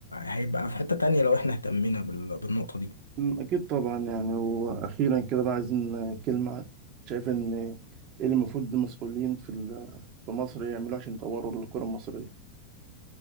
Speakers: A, on the left (about 85°); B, on the right (about 40°).
A: هيبقى في حتة تانية لو احنا اهتمينا بال... بالنقطة دي
B: أمم، أكيد طبعا يعني وأخيرا كده بقى عايزين كلمة شايف إن إيه اللي المفروض المسؤولين في ال- في مصر يعملوه عشان يطوروا الكرة المصرية